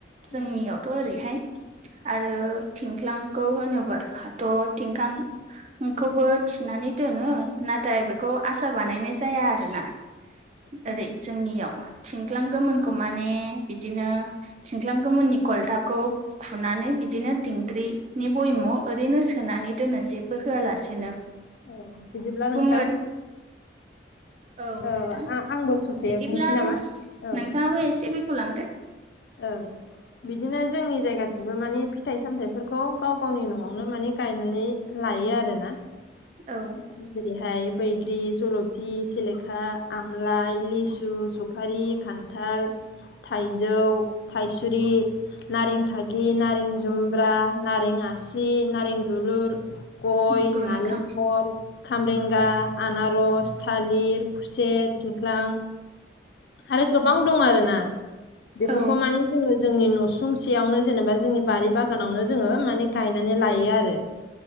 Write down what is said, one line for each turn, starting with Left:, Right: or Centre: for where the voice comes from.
Right: जोंनियावथ'
Left: उम
Right: ओरैहाय आरो थिंख्लांखौ होनोब्ला हाथ' थिंख्लां खौबो थिनानै दोनो नाथाय बेखौ आसार बानायनाय जाया आरोना?
Left: उम
Right: ओरै जोंनियाव थिंख्लां गोमोनखौ माने बिदिनो थिंख्लां गोमोननि खलथाखौ खुनानै बिदिनो दिंग्रिनि बयामाव'ओरैनो सोनानै दोनो जेबो होआलासेनो
Left: औ बिदिब्ला
Right: बुंनो
Left: नोंथां
Right: औ
Left: ओ
Right: नोंथां
Left: आ आंबो ससे
Right: बिदिब्ला
Left: बुंसै नामा
Right: नोंथाङाबो
Left: औ
Right: एसे बेखौ लांदो। <inaudible>
Left: औ बिदिनो जोंनि जायगाथिंबो माने फिथाइ सामथाइफोरखौ गाव गावनि न'आवनो मानि गायनानै लायो आरो ना?
Right: औ
Left: जेरैहाय बैग्रि जलफि सिलेखा आमलाइ लिसु सुफारि खान्थाल थाइजौ थाइसुरि नारें खागि नारें जुमब्रा नारें आसि नारें दुलुर गय
Right: नंगौ
Left: नालेंखर
Right: नोंथां
Left: खामब्रेंगा आनारस थालिर खुसेद थिंख्लां आरो गोबां दं आरोना बेफोरखौ
Right: औ
Left: मानि जोङो जोंनि नस फुंसेयावनो जेनेबा जोंनि बारि बागानावनो जोङो माने गायनानै लायो आरो